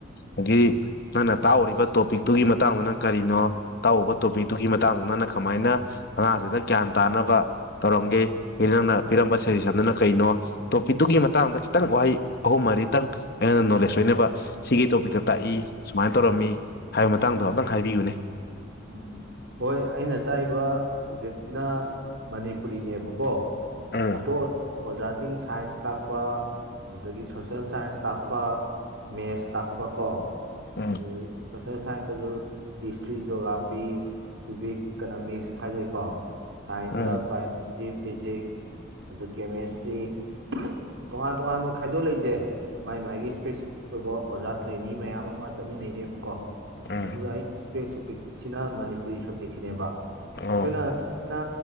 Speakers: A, on the left (about 50°); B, on the right (about 75°).
A: ꯑꯗꯒꯤ ꯅꯪꯅ ꯇꯥꯛꯎꯔꯤꯕ ꯇꯣꯄꯤꯛꯇꯨꯒꯤ ꯃꯇꯥꯡꯗꯨꯅ ꯀꯔꯤꯅꯣ ꯇꯥꯛꯎꯕ ꯇꯣꯄꯤꯛꯇꯨꯒꯤ ꯃꯇꯥꯡꯗ ꯅꯪꯅ ꯀꯃꯥꯏꯅ ꯑꯉꯥꯡꯁꯤꯗ ꯒ꯭ꯌꯥꯟ ꯇꯥꯅ ꯕ ꯇꯧꯔꯝꯒꯦ ꯑꯦ ꯅꯪꯅ ꯄꯤꯔꯝꯕ ꯁꯖꯦꯁꯟꯗꯨꯅ ꯀꯩꯅꯣ ꯇꯣꯄꯤꯛꯇꯨꯒꯤ ꯃꯇꯥꯡꯗ ꯈꯤꯇꯪ ꯋꯥꯍꯩ ꯑꯍꯨꯝ ꯃꯔꯤꯇꯪ ꯑꯩꯉꯣꯟꯗ ꯅꯣꯂꯦꯖ ꯑꯣꯏꯅꯕ ꯁꯤꯒꯤ ꯇꯣꯄꯤꯛꯇ ꯇꯥꯛꯏ ꯁꯨꯃꯥꯏꯅ ꯇꯧꯔꯝꯃꯤ ꯍꯥꯏꯕ ꯃꯇꯥꯡꯗꯣ ꯑꯝꯇꯪ ꯍꯥꯏꯕꯤꯌꯨꯅꯦ
B: ꯎꯝ ꯍꯣꯏ ꯑꯩꯅ ꯇꯥꯛꯏꯕ ꯁꯕꯖꯦꯛꯁꯤꯅ ꯃꯅꯤꯄꯨꯔꯤꯅꯦꯕꯀꯣ
A: ꯎꯝ
B: ꯑꯇꯣꯞ ꯑꯇꯣꯞꯄ ꯑꯣꯖꯥꯁꯤꯡ ꯁꯥꯏꯟꯁ ꯇꯥꯛꯄ ꯑꯗꯒꯤ ꯁꯣꯁꯦꯜ ꯁꯥꯏꯟꯁ ꯇꯥꯛꯄ ꯃꯦꯠꯁ ꯇꯥꯛꯄ ꯀꯣ
A: ꯎꯝ
B: ꯑꯗꯨꯗ ꯁꯣꯁꯦ ꯁꯥꯏꯟꯁꯇꯁꯨ ꯍꯤꯁꯇ꯭ꯔꯤ ꯖꯤꯑꯣꯒ꯭ꯔꯥꯐꯤ ꯁꯤꯚꯤꯛꯁ ꯏꯀꯅꯣꯃꯤꯛꯁ ꯈꯥꯏꯗꯣꯛꯏꯀꯣ ꯁꯥꯏꯟꯁꯇ
A: ꯎꯝ
B: ꯕꯥꯏꯑꯣ ꯐꯤꯖꯤꯛꯁ ꯑꯗ ꯀꯦꯃꯦꯁꯇ꯭ꯔꯤ ꯇꯣꯉꯥꯟ ꯇꯣꯉꯥꯟꯕ ꯈꯥꯏꯗꯣꯛ ꯂꯩꯁꯦ ꯃꯥꯏ ꯃꯥꯥꯏꯒꯤ ꯏꯁꯄꯦꯁꯤꯐꯤꯛ ꯑꯣꯏꯕ ꯑꯣꯖꯥ ꯇ꯭ꯔꯦꯅꯤ ꯃꯌꯥꯝ ꯑꯃ ꯆꯠꯃꯤꯟꯅꯩꯅꯦꯕꯀꯣ
A: ꯎꯝ ꯎꯝ
B: ꯑꯗꯨꯒ ꯑꯩ ꯏꯁꯄꯦꯁꯤꯐꯤꯛꯁꯤꯅ ꯃꯅꯤꯄꯨꯔꯤ ꯁꯕꯖꯦꯛꯁꯤꯅꯦꯕ
A: ꯑꯣ
B: ꯑꯩꯈꯣꯏꯅ ꯊꯥꯏ ꯅ